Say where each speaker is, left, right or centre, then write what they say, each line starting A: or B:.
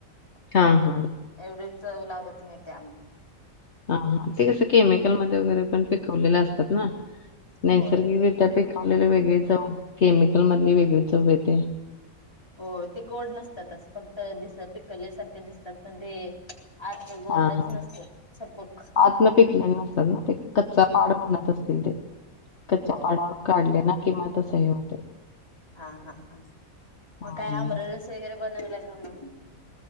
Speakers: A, on the left; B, on the left.
A: हां, हां.
B: एवढी चव लागत होय त्या आंबा
A: हा हा ते कसं केमिकल मध्ये वगैरे पण पिकवलेले असतात ना. नैसर्गिकरित्या
B: होय
A: पिकवलेले वेगळे चव केमिकल मधली वेगळी चव ते
B: हो ते गोड नसतात असं फक्त <inaudible> दिस पिकल्यासारखे दिसतात पण ते <inaudible> गोडच
A: हा हा
B: नसतात सपक
A: आत न पिकलेल नसतात ना ते कच्चा <inaudible> <inaudible> असतील ते कच्च्या
B: होय
A: पाडावर काढले ना किंमतचाय हो ती
B: हा हा हा मग
A: हं.
B: काय आमरस वगैरे बनवलय का मग